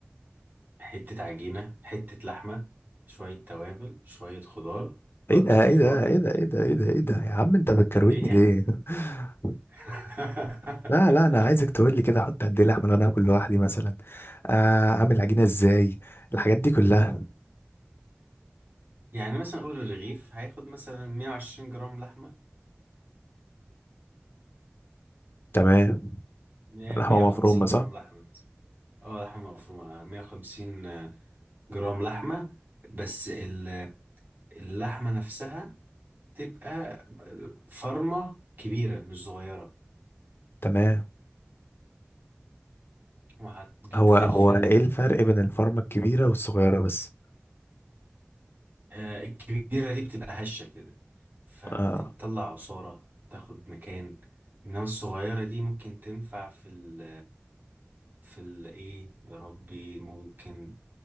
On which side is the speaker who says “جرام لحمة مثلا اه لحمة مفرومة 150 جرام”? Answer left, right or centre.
Right